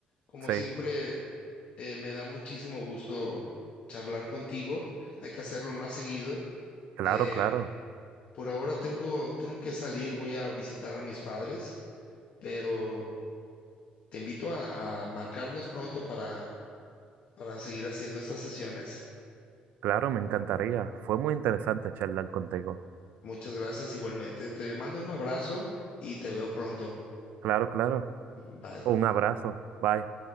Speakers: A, on the left; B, on the right.
A: Como
B: Sí,
A: siempre, eh, me da muchísimo gusto charlar contigo. Hay que hacerlo más seguido.
B: claro,
A: Eh,
B: claro.
A: por ahora tengo, tengo que salir, voy a visitar a mis padres, pero Te invito a, a marcarnos pronto para, para seguir haciendo estas sesiones.
B: Claro, me encantaría. Fue muy interesante charlar contigo.
A: Muchas gracias igualmente. Te mando un abrazo y te veo pronto.
B: Claro, claro.
A: Bye.
B: Un abrazo. Bye.